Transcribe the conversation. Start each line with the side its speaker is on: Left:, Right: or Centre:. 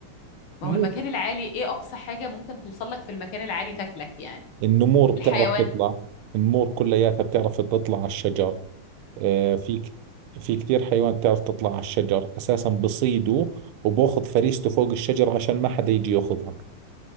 Left: ما هو
Right: مو
Left: المكان العالي ايه اقصى حاجة ممكن توصل لك في المكان العالي تاكلك يعني
Right: النمور
Left: إيه
Right: بتعرف
Left: الحيوان
Right: تطلع النمور كلياتها بتعرف تطلع على الشجر آه، في ك- في كثير حيوان بتعرف تطلع على الشجر أساسا بصيده وباخذ فريسته فوق الشجر عشان ما حدا يجي ياخذها